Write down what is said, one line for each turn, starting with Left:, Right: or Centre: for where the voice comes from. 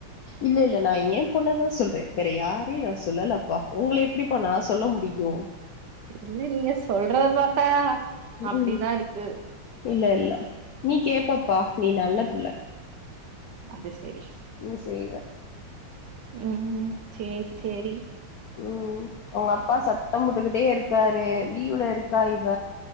Left: இல்ல இல்ல நான் ஏன் பொண்ணதான் சொல்றேன் வேற யாரையும் நான் சொல்லப்பா உங்களை எப்படிப்பா நான் சொல்ல முடியும்
Right: இல்ல இல்ல நீங்க சொல்றத பார்த்தா அப்படிதான்
Left: ம்
Right: இருக்கு
Left: இல்ல இல்ல நீ கேப்பப்பா நீ நல்ல பிள்ளை
Right: அது செரி
Left: நீ செய்வ
Right: உம்ம் சரி சரி
Left: உம் அவங்க அப்பா சத்தம் போட்டுக்கிட்டே இருக்காரு லீவ்ல இருக்கா இவ